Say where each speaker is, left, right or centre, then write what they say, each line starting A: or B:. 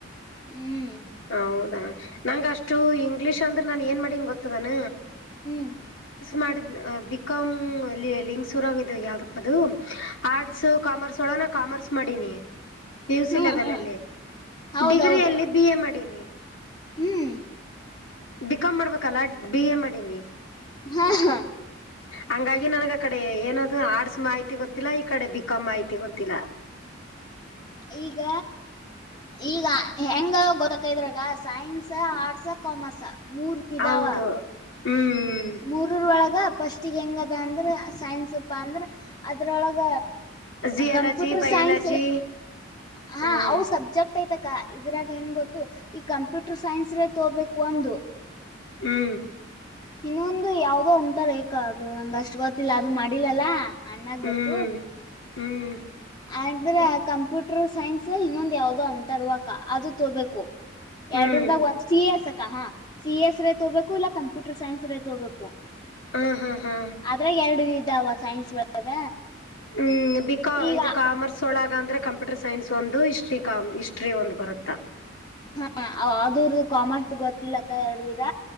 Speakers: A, on the left; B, on the left.
A: ಹ್ಮ್
B: ಹೌದಾ ನಂಗ ಅಷ್ಟು ಇಂಗ್ಲಿೀಷ್ ಅಂದ್ರೆ ನಾನ್ ಏನ್ ಮಾಡನ್ ಗೊತ್ತದಾನ
A: ಹ್ಮ್
B: ಮಾಡ ಬ ಕ್ ಲಿಂಗಕ್ುರ ಯಾವ ಅ ಆರ್ಟ್ಸ್ ಕಾಮರ್ಸ್ ಒ ಾನ ಕಾಮರ್ಸ್ ಮಾಡೀನಿ ಪ ಯುಸ
A: ಹ್ಮ್
B: ಲೆವೆಲ್
A: ಹ್ಮ್
B: ಅಲ್ಲಿ
A: ಹೌದೌದು
B: ಡಿಗ್ರಿಿಯಲ್ಲಿ ಬಿ ಎ ಮಾಡೀಿನಿ
A: ಹ್ಮ್
B: ಬಿಕಾಮ್ ಮಾಡ್ಬೇಕಲ್ಲ ಬಿ ಎ ಮಾಡಿನಿ
A: ಹಾ ಹಾ
B: ಹಂಗಾಗಿ ನನ್ಗ ಅ ಕಡೆ ಏನಾದ ಆರ್ಟ್ಸ್ ಮಾಹಿತಿ ಗೊತ್ತಿಲ್ಲ ಈ ಕಡೆ ಬಿಕಾಮ್ ಮಾಹಿತಿ ಗೊತ್ತಿಲ್ಲ
A: ಈಗ ಈಗ ಹೆಂಗ ಗೊತ್ತಕ ಇದ್ರಾಗ ಸೈನ್ಸ್ ಆರ್ಟ್ಸ್ ಕಾಮರ್ಸ್ ಮೂರು ಇದಾವ
B: ಹೌದು ಹ್ಮ್
A: ಮೂರರ ಒಳಗ ಫಸ್ಟಗ್ ಹೆಂಗದ ಅಂದ್ರ ಸೈನ್ಸಪ್ಪ ಅಂದ್ರ ಅದ್ರೊಳಗ
B: ಜಿಯಾಲಜಿ
A: ಕಂಪ್ಯೂಟರ್
B: ಬಯಾಲಜಿ
A: ಸೈನ್ಸ್ ಹಾ
B: ಹ್ಮ್
A: ಅ ಸಬ್ಜೆಕ್ಟ್ ಗತಯತಕ ಇದ್ರಾಗ ಹೆಂಗ್ ಗೊತ್ತು ಈ ಕಂಪ್ಯೂಟರ್ ಸೈನ್ಸ್ೇ ತೋಬೇಕು ಒಂದು
B: ಹ್ಮ್
A: ಇನ್ನೊಂದು ಯಾವ್ದೋ ಅಂತಾರ ಕಾ ಅದು ನಂಗ ಅಷ್ಟ್ ಗೊತ್ತಿಲ್ಲ ಅದು ಮಾಡಿಲ್ಲಲ್ಲ ಅ್ಣಾಗ
B: ಹ್ಮ್
A: ಗೊತ್ತು
B: ಹ್ಮ್
A: ಆದ್ರೆ ಕಂಪ್ಯೂಟರ್ ಸೈನ್ಸ್ ಇನ್ನೊಂದ ಯಾವ್ದೋ ಅಂತರ್ವಕ್ಕ ಅದು ತೋಬೇಕು
B: ಹ್ಮ್
A: ಎರಡರ ಬಾಗ ಒಂದ್ ಸಿ ಎಸ್ ಅಕ ಹಾ ಸಿ ಎಸ್ ರೈ ತ ಹೋ್ಬೇಕು ಇಲ್ಲಾ ಕಂಪ್ಯೂಟರ್ ಸೈನ್ಸ್ ರೈ ತ ಹೋ್ಬೇಕು
B: ಹಾ ಹಾ ಹಾ
A: ಆದ್ರಾಗ ಎರಡು ಇದಾವ ಸೈನ್ಸ್ ಒಳಗ
B: ಹ್ಮ್ ಬಿಕಾ
A: ಈಗ
B: ಇದು ಕಾಮರ್ಸ್ ಸೊಳಗ ಅಂದ್ರೆ ಕಂಪ್ಯೂಟರ್ ಸೈನ್ಸ್ ಒಂದು ಹ್ಟ್ರಿ ಕ ಹ್ಟ್ರಿ ಒಂದು ಬರುತ್ತಾ
A: ಹಾ ಅರು ಕಾಮರ್ಸ್ ಗೊತ್ತಿಲ್ಲಕ್ಕ ಎರಡು ವಿಧ